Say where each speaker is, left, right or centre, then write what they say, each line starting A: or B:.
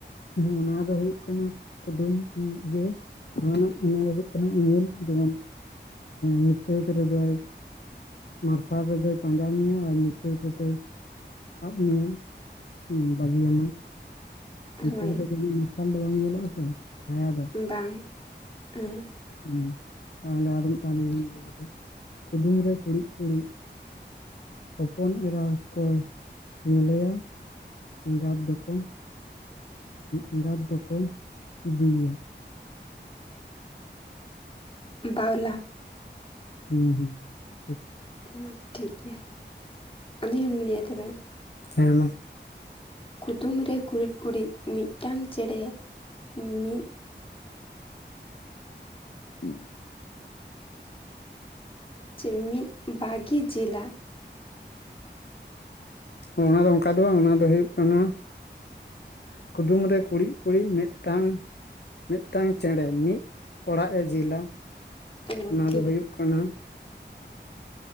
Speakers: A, on the left; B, on the left.
A: ᱚᱱᱟ ᱫᱚ ᱦᱩᱭᱩᱜ ᱠᱟᱱᱟ ᱠᱩᱫᱩᱢ ᱤᱭᱟᱹ ᱚᱱᱟ ᱨᱮᱱᱟᱜ ᱚᱱᱟ ᱫᱚ ᱦᱩᱭᱩᱜ ᱠᱟᱱᱟ ᱩᱢᱩᱞ ᱡᱮᱢᱚᱱ ᱧᱩᱛᱟᱹᱫ ᱨᱮᱫᱚᱭ ᱢᱟᱨᱥᱟᱞ ᱨᱮᱫᱚᱭ ᱯᱟᱸᱡᱟ ᱢᱮᱭᱟ ᱟᱨ ᱧᱩᱛᱟᱹᱫ ᱨᱮᱫᱚᱭ ᱟᱫ ᱢᱮᱭᱟ ᱦᱩ ᱵᱟᱹᱜᱤᱭᱟᱢᱟ ᱧᱩᱛᱟᱹᱫ
B: ᱦᱳᱭ
A: ᱨᱮ ᱩᱱᱟᱹᱜ ᱢᱟᱨᱥᱟᱞ ᱫᱚ ᱵᱟᱝ ᱧᱮᱞᱚᱜᱼᱟ ᱛᱚ ᱪᱷᱟᱭᱟ ᱫᱚ
B: ᱵᱟᱝ ᱟᱨ
A: ᱦᱩᱸ ᱛᱟᱦᱚᱞᱮ ᱟᱨ ᱢᱤᱫᱴᱟᱝᱤ ᱞᱤᱧ ᱞᱟᱹᱭ ᱞᱮᱜᱮ ᱠᱩᱫᱩᱢ ᱨᱮ ᱠᱩᱲᱤᱫ ᱠᱩᱲᱤᱫ ᱦᱚᱯᱚᱱ ᱮᱨᱟ ᱠᱚ ᱧᱮᱞᱮᱭᱟ ᱮᱸᱜᱟᱛ ᱫᱚᱠᱚ ᱮᱸᱜᱟᱛ ᱫᱚᱠᱚ ᱤᱫᱤᱮᱭᱟ
B: ᱵᱟᱣᱞᱟ
A: ᱦᱩᱸ ᱦᱩᱸ ᱴᱷᱤᱠ᱾
B: ᱦᱳᱭ ᱴᱷᱤᱠ ᱜᱮᱭᱟ ᱟᱹᱞᱤᱧ ᱦᱚᱞᱤᱧ ᱞᱟᱹᱭᱼᱟ ᱛᱚᱵᱮ
A: ᱦᱮᱸ ᱢᱟ
B: ᱠᱩᱫᱩᱢ ᱨᱮ ᱠᱩᱲᱤᱫ ᱠᱩᱲᱤᱫ ᱢᱤᱫᱴᱟᱝ ᱪᱮᱬᱮ ᱢᱤᱫ
A: <unintelligible>
B: ᱪᱮᱫ ᱢᱤᱫ ᱵᱟᱜᱤ ᱡᱮᱞᱟ
A: ᱚᱱᱟ ᱫᱚ ᱚᱱᱠᱟ ᱫᱚ ᱵᱟᱝ ᱚᱱᱟ ᱫᱚ ᱦᱩᱭᱩᱜ ᱠᱟᱱᱟ ᱠᱩᱫᱩᱢ ᱨᱮ ᱠᱩᱬᱤᱫ ᱠᱩᱬᱤᱫ ᱢᱤᱫᱴᱟᱝ ᱢᱤᱫᱴᱟᱝ ᱪᱮᱬᱮ ᱢᱤᱫ ᱚᱲᱟᱜ ᱮ ᱡᱤᱞᱟ
B: ᱚ
A: ᱚᱱᱟ
B: ᱴᱷᱤᱠ
A: ᱫᱚ ᱦᱩᱭᱩᱜ ᱠᱟᱱᱟ